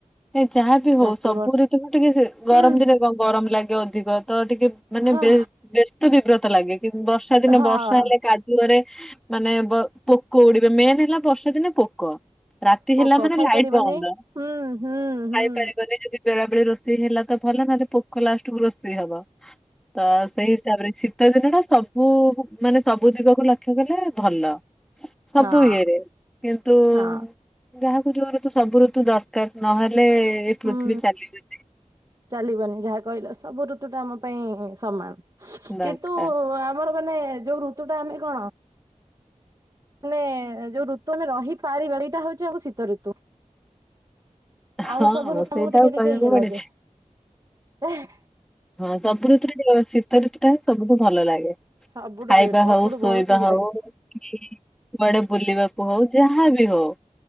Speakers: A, in the centre; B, on the right.
A: ଏ ଯାହାବି ହଉ
B: ରାତି
A: ସବୁ
B: ବଡ
A: ଋତୁକୁ ଟିକେ ଗରମ
B: ହୁଁ
A: ଦିନେ ଗ ଗରମ ଲାଗେ ଅଧିକ ତ ଟିକେ ମାନେ
B: ହଁ
A: ବ୍ୟସ୍ତ ବିବ୍ରତ ଲାଗେ। କିନ୍ତୁ ବର୍ଷା ବର୍ଷା ଦିନେ
B: ହଁ
A: ବର୍ଷା ହେଲେ କାଦୁଅରେ ମାନେ ପୋକ ଉଡିବେ ମେନ୍ ହେଲା ବର୍ଷା ଦିନେ ପୋକ। ରାତି
B: ପୋକ
A: ହେଲା ମାନେ
B: ଖାଇପାରିବନି
A: ଲାଇଟ ବନ୍ଦ।
B: ହୁଁ ହୁଁ ହୁଁ।
A: ଖାଇପାରିବନି ସେ ବି ବେଳାବେଳି ରୋଷେଇ ହେଲା ତ ଭଲ ନହେଲେ ପୋକ ଲାଷ୍ଟକୁ ରୋଷେଇ ହବ। ତ ସେଇ ତାପରେ ଶୀତ ଦିନ ଟା ସବୁ ମାନେ ସବୁ ଦିଗକୁ ଲକ୍ଷ୍ୟ କଲେ ଭଲ। ସବୁ
B: ହଁ
A: ଇଏରେ କିନ୍ତୁ
B: ହଁ
A: ଯାହାକୁ ଯୋର କିନ୍ତୁ ସବୁ ଋତୁ ଦରକାର ନହେଲେ ଏ
B: ହୁଁ।
A: ପୃଥିବୀ ଚାଲିବନି।
B: ଚାଲିବନି ଯାହା କହିଲ ସବୁ ଋତୁ ଟା ଆମ ପାଇଁ ସମାନ।
A: ଦରକାର
B: କିନ୍ତୁ ଆମର ମାନେ ଯୋଉ ଋତୁ ଟା ଆମେ କଣ ମାନେ ଯୋଉ ଋତୁ ଆମେ ରହିପାରିବା ଏଇଟା ହଉଛି ଆମ ଶୀତ ଋତୁ। ଆଉ
A: ହଁ
B: ସବୁ ଋତୁ
A: ସେଇଟା
B: ମୁଁ ଟିକେ
A: ଆଉ
B: ଟିକେ
A: କହିବାକୁ
B: ଇଏ
A: ପଡିଛି।
B: ଲାଗେ। ଏହେ
A: ହଁ ସବୁ ଋତୁରେ ଟିକେ ଶୀତ ଋତୁ ଟା ସବୁଠୁ ଭଲ ଲାଗେ।
B: ସବୁଠୁ
A: ଖାଇବା
B: ସବୁଠୁ
A: ହଉ ଶୋଇବା
B: ବହୁତ ଭଲ
A: ହଉ
B: ଲାଗେ
A: କୁଆଡେ ବୁଲିବାକୁ ହଉ ଯାହାବି ହଉ